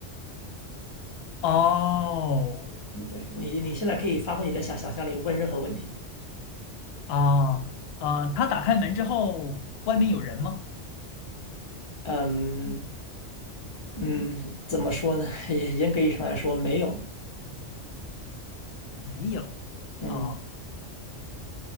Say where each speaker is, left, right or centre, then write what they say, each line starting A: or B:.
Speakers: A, on the left (about 65°); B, on the left (about 30°).
A: 哦，
B: 嗯，对你，你现在可以发挥你的想想象力，问任何问题。
A: 啊啊，他打开门之后，外面有人吗？
B: 嗯嗯，怎么说呢？<laughs> 也严格意义上来说，没有。
A: 没有。
B: 嗯，
A: 啊，